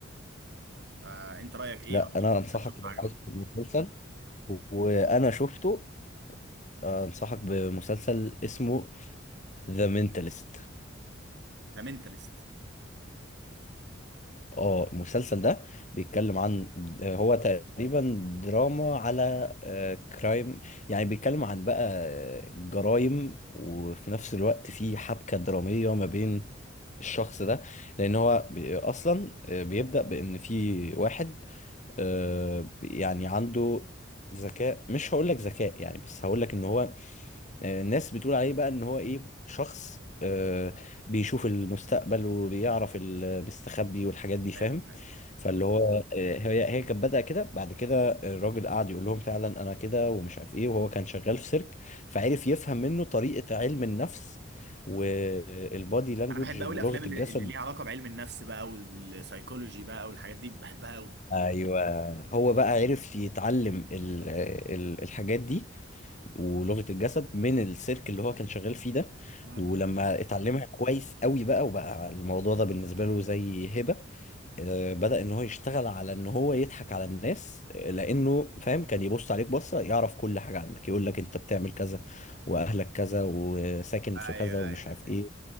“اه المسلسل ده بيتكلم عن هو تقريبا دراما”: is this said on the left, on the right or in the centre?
Left